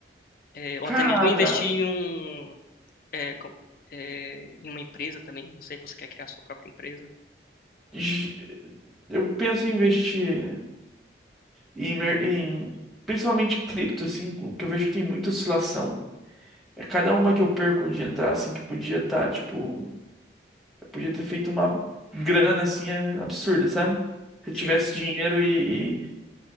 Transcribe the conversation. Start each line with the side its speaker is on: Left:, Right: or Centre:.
Left: é, ou
Centre: Cara,
Left: até mesmo investir em, um, é, com- é, em uma empresa também, não sei, você quer criar sua própria empresa?
Centre: j- eu penso em investir em, mer- em- principalmente cripto, assim, com- que eu vejo que tem muita oscilação. É cada uma que eu perco de entrar, assim, que podia estar, tipo. Podia ter feito uma grana assim é, absurda, sabe? Se eu
Left: Sim,
Centre: tivesse dinheiro e,